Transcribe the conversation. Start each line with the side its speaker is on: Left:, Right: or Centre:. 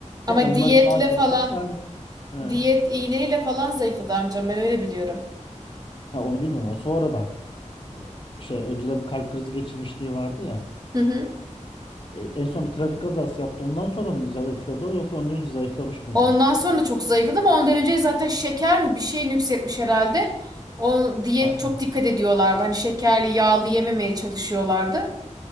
Right: ama
Left: Onları
Right: diyetle
Left: sağlarsak
Right: falan,
Left: sağlık. He. Ha,
Right: diyet iğneyle falan zayıfladı amcam ben öyle biliyorum.
Left: onu bilmiyorum o sonra da. şey önceden bir kalp krizi geçirmişliği vardı ya.
Right: Hı hı.
Left: E, en son bir trafik kazası yaptı. Ondan sonra mı zayıfladı o yoksa ondan önce zayıflamış mıydı?
Right: Ondan sonra çok zayıfladı ama ondan önce zaten şeker mi bir şey nüksetmiş herhalde. O diyet
Left: Aynen.
Right: çok dikkat ediyorlardı. Hani şekerli, yağlı yememeye çalışıyorlardı.